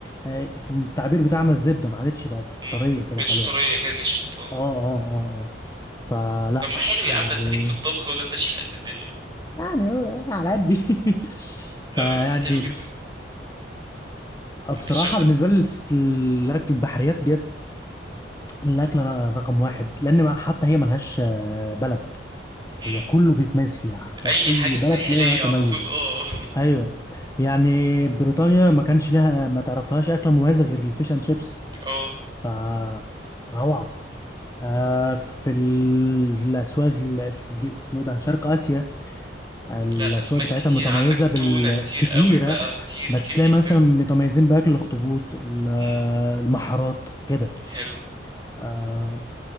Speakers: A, on the left; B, on the right.
A: آه، في التعبير بتاعنا الزبدة ما عادتش بقت
B: امم
A: طرية كده
B: بقتش
A: حلوة
B: طريه كده نشفت اه
A: اه اه اه اه فلا
B: طب ما حلو يا
A: ال...
B: عم ده انت ليك في الطبخ وده انت شيف قد الدنيا
A: يعني هو على قد <laughs>
B: لا
A: فيعني
B: بس حلو جدا انت
A: بصراحة
B: شو
A: بالنسبة لي الس- الأكل البحريات ديت الأكل أنا رقم واحد لأن ما- حتى هي ملهاش آه، بلد
B: امم
A: هي كله بيتميز فيها حرفيا
B: اي
A: أي
B: حاجه
A: بلد
B: ساحليه
A: تلاقيها تميز
B: على طول اه
A: أيوه يعني بريطانيا ما كانش لها ما تعرفلهاش أكلة مميزة غير الفيش أند شيبس
B: <laughs> اه
A: ف روعة آه في ال- الأسواق ال- ال- اسمه إيه ده شرق آسيا الأسواق
B: لا الأسماك
A: بتاعتها
B: كتير
A: متميزة
B: عندك
A: بالكتيرة
B: تونة كتير قوي بقى كتير
A: بس
B: كتير
A: تلاقي
B: جدا
A: مثلا متميزين بأكل الأخطبوط ال-
B: امم
A: المحارات كده
B: حلو
A: آه،